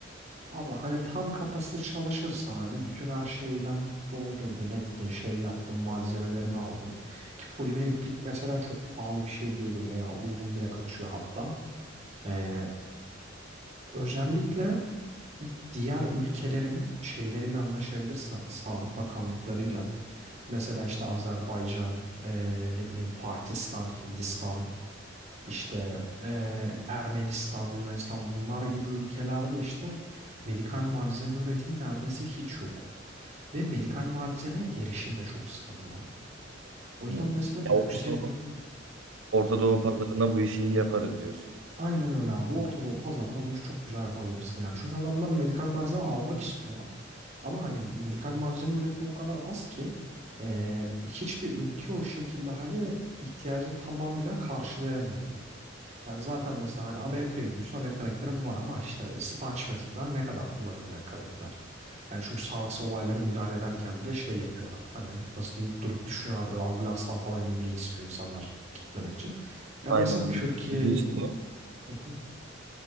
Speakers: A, on the right; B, on the right.
A: Abi hani tam kapasite çalışırsan hani bütün her şeyle doldurdun ettin şey yaptın malzemelerini aldın. Ki polimer iplik mesela çok pahalı bir şey değil öyle ya uygun bile kaçıyor hatta. Ee, özellikle diğer ülkelerin şeyleriyle anlaşabilirsen sağlık bakanlıklarıyla mesela işte Azerbaycan ee, ne bileyim Pakistan Hindistan işte eee, Ermenistan, Yunanistan bunlar gibi ülkelerde işte medikal malzeme üretimi neredeyse hiç yok. Ve medikal malzemeye erişim de çok sıkıntılı. O yüzden
B: Hmm.
A: mesela yüksek
B: Ya Orta Doğu,
A: miktar
B: Orta Doğu pazarına bu işi iyi yaparız diyorsun.
A: Aynen öyle abi. Orta Doğu pazarına bu işi çok güzel yapabilirsin yani. Çünkü adamlar medikal malzeme almak istiyorlar. Ama hani medikal malzeme üretimi o kadar az ki eee, hiçbir ülke o şekilde hani ihtiyacını tamamıyla karşılayamıyor gibi. Yani zaten mesela hani Amerika'ya gidiyorsun. Amerika'dakilerin var ama işte sponge mesela ne kadar kullanıyor Amerika'dakiler? Yani çünkü sağlıksal olaylara müdahale ederken bile şey yapıyorlar. Hani nasıl diyeyim durup düşünüyorlar böyle ambulanstan falan inmeyi istiyor insanlar gitmemek için. Ya
B: Aynen.
A: mesela Türkiye
B: bir ucuz
A: gibi.
B: işte.
A: Hı hı.